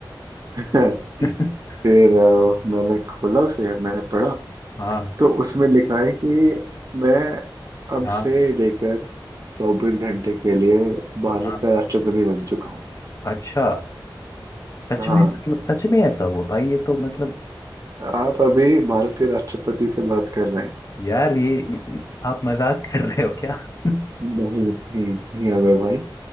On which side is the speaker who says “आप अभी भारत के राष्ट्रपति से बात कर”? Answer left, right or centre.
Right